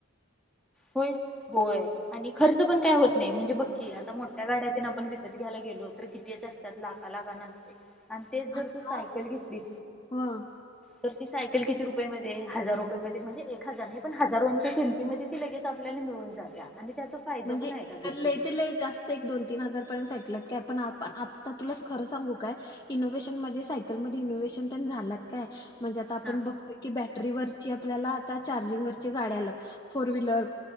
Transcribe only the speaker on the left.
आता
ह
म्हणजे
ल
तर लई जास्त एक दोन तीन हजारपर्यंत ऐकलत. काय पण आपण आता तुला खरं सांगू काय. इनोव्हेशन म्हणजे सायकलमध्ये इनोव्हेशन तर झालात काय, म्हणजे आता आपण
बघतोय की बॅटरीवर आपल्याला आता चार्जिंग वर गाड्या आल्यात. फोर व्हिलर,